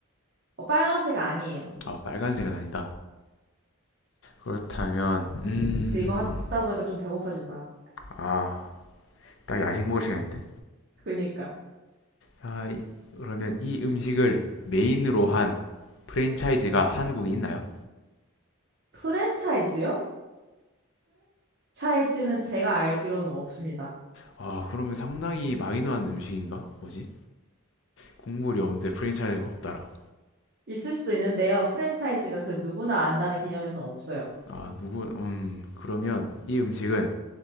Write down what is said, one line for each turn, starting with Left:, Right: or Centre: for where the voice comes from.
Right: 어, 빨강색 아니에요.
Left: 아, 빨간색은 아니다. 그렇다면 음.
Right: 근데 이거 하다 보니까 좀 배고파진다.
Left: 아, 딱 야식 먹을 시간인데.
Right: 그니까.
Left: 아, 이- 그러면 이 음식을 메인으로 한 프랜차이즈가 한국에 있나요?
Right: 프랜차이즈요? 프랜차이즈는 제가 알기로는 없습니다.
Left: 아, 그러면 상당히 마이너한 음식인가? 뭐지? 국물이 없는데 프랜차이즈가 없다라.
Right: 있을 수도 있는데요. 프랜차이즈가 그 누구나 안다는 개념에서는 없어요.
Left: 아, 누구, 음, 그러면 이 음식은